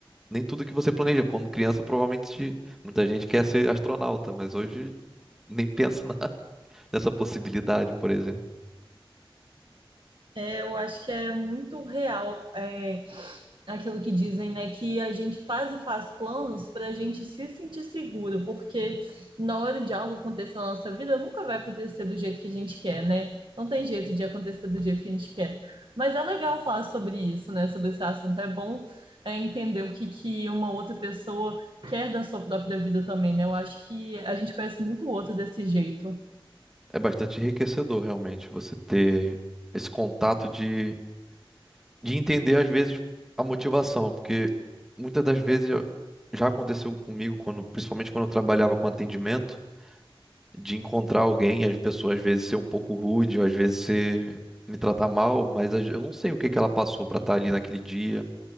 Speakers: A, in the centre; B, on the right (about 60°).
A: nem tudo que você planeja. Quando criança, provavelmente muita gente quer ser astronauta, mas hoje nem pensa na- <laughs> nessa possibilidade, por exemplo.
B: É, eu acho que é muito real é, aquilo que dizem, né? Que a gente faz e faz planos para a gente se sentir seguro, porque na hora de algo acontecer na nossa vida, nunca vai acontecer do jeito que a gente quer, né? Não tem jeito de acontecer do jeito que a gente quer. Mas é legal falar sobre isso, né? Sobre esse assunto. É bom é, entender o que, que uma outra pessoa quer da sua própria vida também, né? Eu acho que a gente conhece muito o outro desse jeito.
A: É bastante enriquecedor, realmente, você ter esse contato de, de entender, às vezes, a motivação, porque muitas das vezes eu- já aconteceu comigo, quando, principalmente quando eu trabalhava com atendimento. de encontrar alguém, as pessoas às vezes ser um pouco rude, ou às vezes ser me tratar mal, mas às- eu não sei o que que ela passou pra estar ali naquele dia.